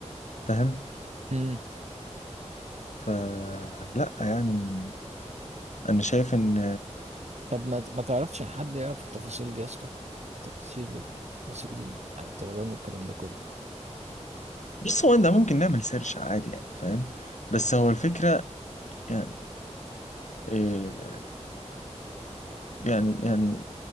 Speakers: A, on the left; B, on the right.
A: فاهم
B: مم.
A: فلا يعني انا شايف ان
B: طب ما ما تعرفش حد يعرف التفاصيل دي يا اسطى تفاصيل التفاصيل بتاع الطيران والكلام ده كله
A: بص هو ده ممكن نعمل سيرش عادي يعني فاهم بس هو الفكرة يعني إيه يعني يعني